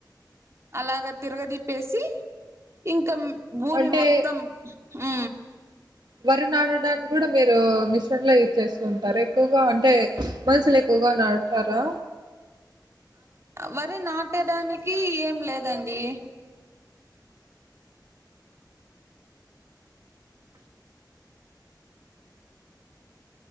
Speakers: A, on the right (about 40°); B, on the right (about 65°).
A: అలాగ అని తిరగదిప్పేసి ఇంకామ్ భూమి
B: అంటే
A: మొత్తం ఉ
B: వరి నాటడానికి కూడా మీరు మిషను లో యూజ్ చేస్తూ ఉంటారు ఎక్కువగా అంటే మనుషులు ఎక్కువగా నాటరా
A: వరి నాటడానికి ఏం లేదండి